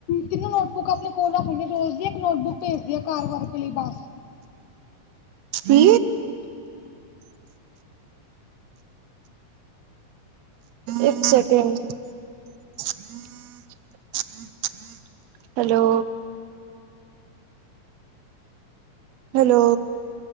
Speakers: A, on the left; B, on the right.
A: ਤਿੰਨ ਨੋਟਬੁੱਕ ਆਪਣੇ ਕੋਲ ਰੱਖ, ਰੋਜ਼ ਦੀ ਇੱਕ ਨੋਟਬੁੱਕ ਭੇਜਦੀ ਆ ਘਰ ਵਾਸ ਬੱਸ
B: ਸੀ ਇੱਕ ਸੈਕਿੰਡ ਹਮ ਹਮ ਹੈਲੋ ਹੈਲੋ